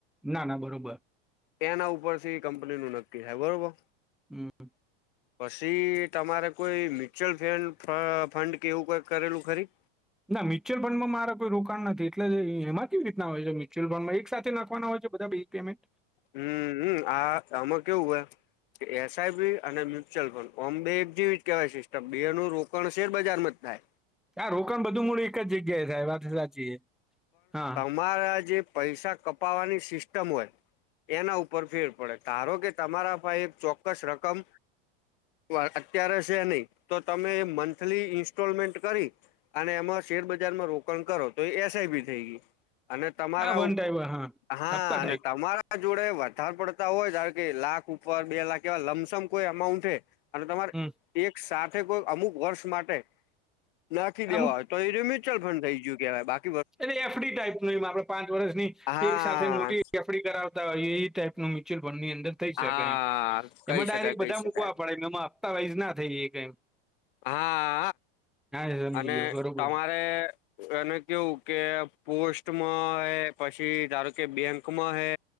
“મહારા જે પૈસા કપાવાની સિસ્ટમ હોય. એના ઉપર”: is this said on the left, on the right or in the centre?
Left